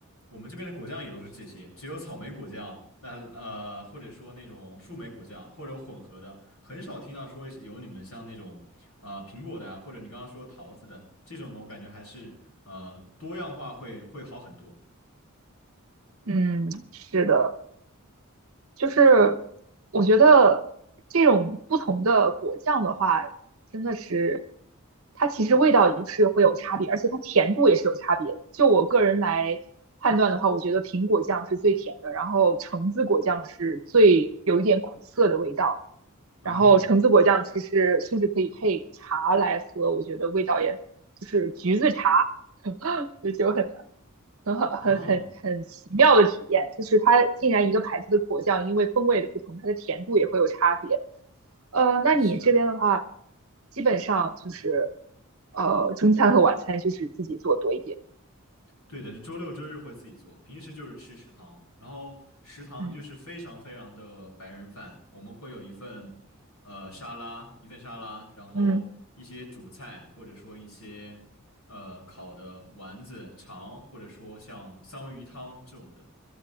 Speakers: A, on the left (about 85°); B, on the right (about 70°).
A: 我们这边的果酱也都是这些，只有草莓果酱，那呃或者说那种树莓果酱或者混合的，很少听到说有你们像那种啊、呃苹果的啊，或者你刚刚说桃子的这种呢，我感觉还是呃多样化会会好很多。
B: 嗯，是的。就是我觉得这种不同的果酱的话，真的是它其实味道也是会有差别，而且它甜度也是有差别的就我个人来判断的话，我觉得苹果酱是最甜的，然后橙子果酱是最有一点苦涩的味道，
A: 哦
B: 然后橙子果酱其实甚至可以配茶来喝，我觉得味道也就是橘子茶，<laughs> 就就很很好，
A: 哦，
B: 很很很奇妙的体验，就是它竟然一个牌子的果酱，因为风味的不同，它的甜度也会有差别。呃，那你这边的话，
A: 是的，
B: 基本上就是呃中餐和晚餐就是自己做多一点。
A: 对的，就周六周日会自己做，平时就是吃食堂，然后食堂就是非常非常的白人饭，
B: 嗯
A: 我们会有一份呃沙拉，一份沙拉，然后一些主菜，
B: 嗯，
A: 或者说一些呃烤的丸子、肠，或者说像三文鱼汤这种的，